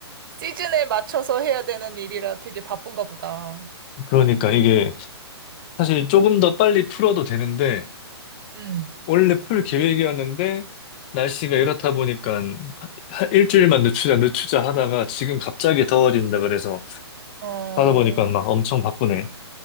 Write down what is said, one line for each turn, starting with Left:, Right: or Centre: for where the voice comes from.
Right: 시즌에 맞춰서 해야 되는 일이라 되게 바쁜가 보다.
Left: 그러니까 이게 사실 조금 더 빨리 풀어도 되는데,
Right: 응,
Left: 원래 풀 계획이었는데, 날씨가 이렇다 보니까 하- 하- 일주일만 늦추자, 늦추자 하다가 지금 갑자기 더워진다 그래서
Right: 어,
Left: 하다 보니까 막 엄청 바쁘네.